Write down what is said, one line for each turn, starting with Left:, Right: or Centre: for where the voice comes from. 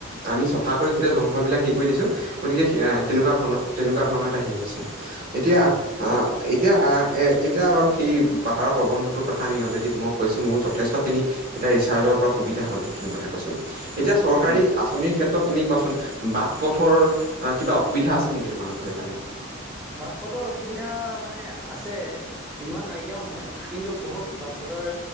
Right: আমি চফা কৰি গোটেই জংঘলবিলাক হেৰি কৰি দিছোঁ, গতিকে স
Centre: হয়
Right: তেনেকুৱা ধৰণৰ তেনেকুৱা ধৰণৰ এটা হেৰি হৈছে এতিয়া
Centre: হয়
Right: আ, এতিয়া এতিয়া বাৰু সেই পাহাৰৰ প্ৰবন্ধটোৰ কথা আমি অলৰেডি মই কৈছোঁ ময়ো যথেষ্টখিনি এতিয়া ৰিচাৰ্জৰ পৰা সুবিধা হল সেইখিনি কথা কৈছো এতিয়া চৰকাৰী
Centre: উম।
Right: আচ ক্ষেত্ৰত তুমি কোৱাচোন বাট পথৰ কিবা অসুবিধা আছে নেকি তোমালোকৰ সেইফালে?
Centre: বাট পতৰ অসুবিধা মানে আছে ইমান নাইকিয়াও নহয় কিন্তু বহুত বাট পথৰ